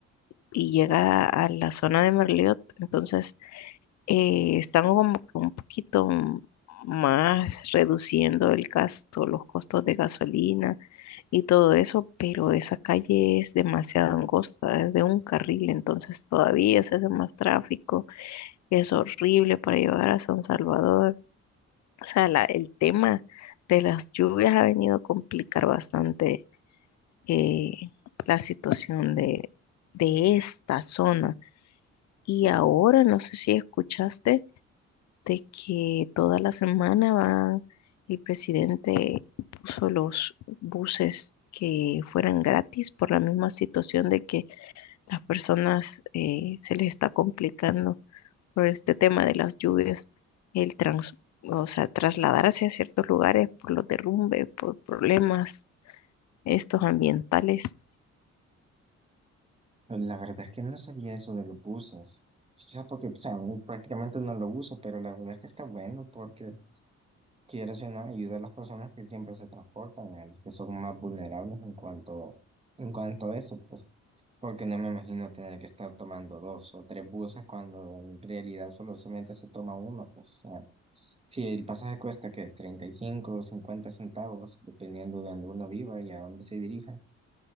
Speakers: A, on the left (about 65°); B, on the right (about 20°).
A: y llega a la zona de Merliot. Entonces, eh, están como que un poquito m- más reduciendo el gasto, los costos de gasolina y todo eso, pero esa calle es demasiado angosta, es de un carril, entonces todavía se hace más tráfico, es horrible para llegar a San Salvador. O sea, la- el tema de las lluvias ha venido a complicar bastante eh, la situación de, de esta zona. Y ahora, no sé si escuchaste de que toda la semana va, el presidente puso los buses que fueran gratis por la misma situación de que las personas eh, se les está complicando por este tema de las lluvias, el trans, o sea, trasladarse a ciertos lugares por los derrumbes, por problemas estos ambientales.
B: Pues La verdad es que no sabía eso de los buzos. Quizás porque, o sea, a mí prácticamente no lo uso, pero la verdad es que está bueno porque quiero o no, ayuda a las personas que siempre se transportan, a los que son más vulnerables en cuanto, en cuanto a eso, pues, porque no me imagino tener que estar tomando dos o tres buses cuando en realidad solo solamente se toma uno, pues, Sí, el pasaje cuesta que 35 o 50 centavos, dependiendo de donde uno viva y a dónde se dirija.